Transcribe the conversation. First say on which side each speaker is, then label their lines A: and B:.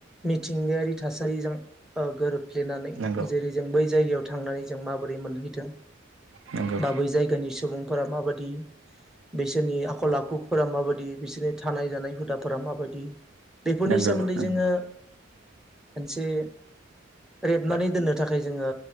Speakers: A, in the centre; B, on the right.
A: मिथिंगायारि थासारिजों गोरोब फ्लेनानै
B: नंगौ
A: जेरै जों बै जायगायाव थांनानै जों माबोरै मोनहैदों
B: नंगौ
A: बा बै जायगानि सुबुं फोरा माबादि बिसोरनि आखल आखुफोरा माबादि बिसोरनि थानाय जानाय हुदा फोर माबायदि बेफोरनि
B: नंगौ
A: सोमोन्दै
B: नंगौ
A: जोङो मोनसे रेबनानै दोननो थाखाय जोङो